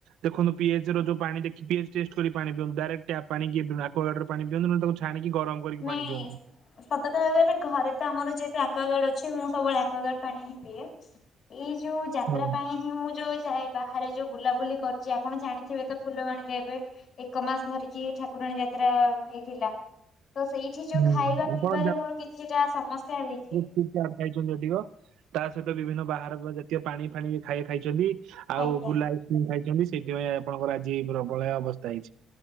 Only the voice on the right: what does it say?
ଦେଖନ୍ତ ପିଏଚ ର ଯୋଉ ପାଣି <unintelligible> ପାଣି ପିଅନ୍ତୁ ଡାଇରେକ୍ଟ ଟ୍ୟାପ ପାଣି କିଏ <unintelligible> ଛାଣିକି ଗରମ କରିକି
ପାଣି ପିଅନ୍ତୁ
ହୁଁ
ହୁଁ
ଆପଣ
ଚା ଖାଇଛନ୍ତି ଅଧିକ, ତା ସହିତ ବିଭିନ୍ନ ବାହାର ଜାତୀୟ ପାଣି ଫାଣି ଖାଇଆ ଖାଇଛନ୍ତି ଆଉ
ବୁଲା ଆଇସ୍କ୍ରିମ ଖାଇଛନ୍ତି, ସେଇଥିପାଇଁ ଆପଣଙ୍କର ଆଜି ପ୍ରବଳଆ ଅବସ୍ଥା ହେଇଛି।